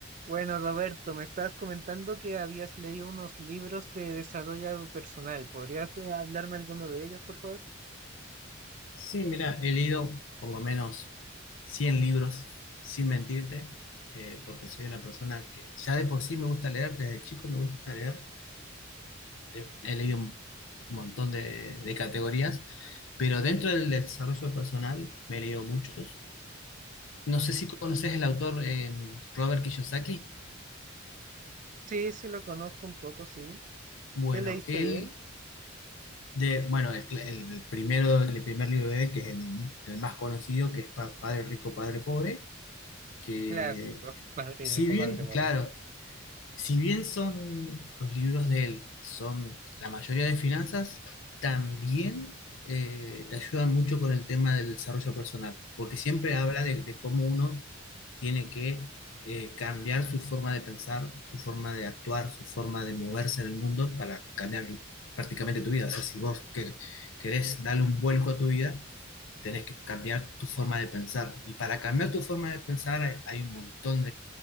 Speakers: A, on the right; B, on the left.
A: Bueno, Roberto, me estabas comentando que habías leído unos libros de desarrollo personal. ¿Podrías eh, hablarme alguno de ellos, por favor?
B: Sí, mira, he leído por lo menos 100 libros, sin mentirte, eh, porque soy una persona que ya de por sí me gusta leer, desde chico me gusta leer, De- he leído un montón de, de categorías, pero dentro del desarrollo personal me he leído muchos. No sé si conoces el autor eh, Robert Kiyosaki.
A: Sí, sí, lo conozco un poco, sí.
B: Bueno,
A: ¿Qué leíste
B: él,
A: de él?
B: de, bueno, el, el primero, el primer libro de él, que es el, el más conocido, que es Pa- Padre Rico, Padre Pobre, que
A: Clásico, <laughs> padre
B: si
A: rico,
B: bien,
A: padre pobre,
B: claro,
A: sí.
B: Si bien son los libros de él, son la mayoría de finanzas, también eh, te ayudan mucho con el tema del desarrollo personal, porque siempre habla de, de cómo uno tiene que eh, cambiar su forma de pensar, su forma de actuar, su forma de moverse en el mundo para cambiar prácticamente tu vida. O sea, si vos quer- querés darle un vuelco a tu vida, tenés que cambiar tu forma de pensar. Y para cambiar tu forma de pensar hay, hay un montón